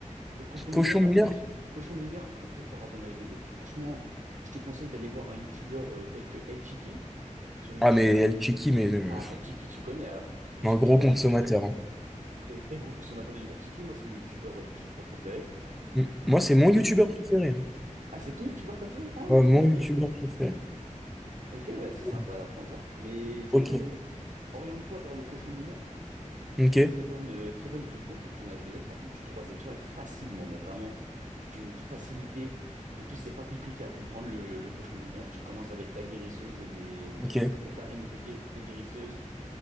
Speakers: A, on the right; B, in the centre.
A: Le cochon
B: Cochon
A: mineur
B: mineur?
A: à ton âge. Cochon mineur très, très fort à ton HDV. Franchement, je te conseille d'aller voir un youtubeur euh, tel que El Chiqui. sur YouTube.
B: Ah, mais elle Chiki, mais euh,
A: Ah, El Chiki, tu connais alors? Je pense
B: un
A: que
B: gros
A: tu connais.
B: consommateur. hein.
A: Très, très gros consommateur de El Chiki. Moi, c'est mon YouTubeur euh, Clash of Clans préféré.
B: Mm. Moi, c'est mon
A: Mais
B: youtubeur
A: du-
B: préféré. hein.
A: Ah, c'est ton youtubeur préféré? Ah, ok,
B: Ouais, mon
A: ok.
B: youtubeur préféré.
A: Ok, ouais, c'est sympa
B: Mm.
A: d'apprendre ça. Mais du
B: Ok.
A: coup, ouais, oriente-toi vers le cochon mineur, qui
B: Ok.
A: est une très bonne, euh, très bonne compo pour ton HDV. Franchement, tu trois étoiles facilement, mais vraiment d'une facilité. En plus, c'est pas compliqué à comprendre le, le cochon mineur. Tu commences avec ta guérisseuse et des.
B: Ok.
A: Ta, ta- ta reine et tes gué- tes guérisseuses.